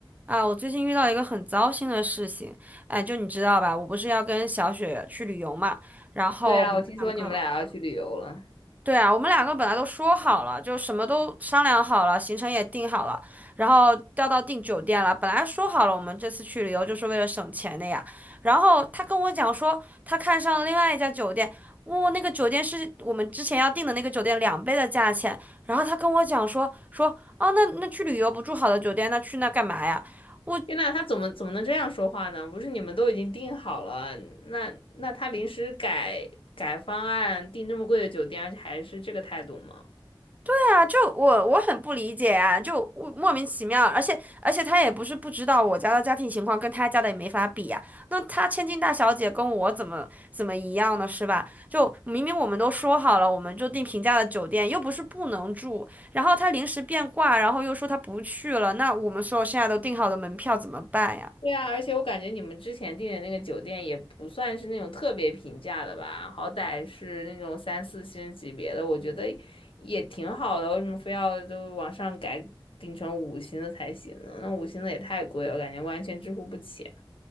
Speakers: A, on the right; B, on the left.
A: 啊，我最近遇到一个很糟心的事情，哎，就你知道吧，我不是要跟小雪去旅游嘛，然后我们两个，
B: 对啊，我听说你们俩要去旅游了。
A: 对啊，我们两个本来都说好了，就什么都商量好了，行程也定好了，然后调到订酒店了，本来说好了我们这次去旅游就是为了省钱的呀，然后他跟我讲说他看上了另外一家酒店，哇、那个酒店是我们之前要订的那个酒店两倍的价钱，然后他跟我讲说说啊，那那去旅游不住好的酒店，那去那干嘛呀？我。
B: 天呐，他怎么怎么能这样说话呢？不是你们都已经订好了，那那他临时改改方案，订这么贵的酒店，而且还是这个态度吗？
A: 对啊，就我我很不理解啊，就我莫名其妙，而且而且他也不是不知道我家的家庭情况跟他家的也没法比呀、那他千金大小姐跟我怎么怎么一样呢？是吧？就明明我们都说好了，我们就订平价的酒店，又不是不能住，然后他临时变卦，然后又说他不去了，那我们所有现在都订好的门票怎么办呀？
B: 对啊，而且我感觉你们之前订的那个酒店也不算是那种特别平价的吧，好歹是那种三四星级别的，我觉得也挺好的，为什么非要就往上改，订成五星的才行呢？那五星的也太贵了，感觉完全支付不起。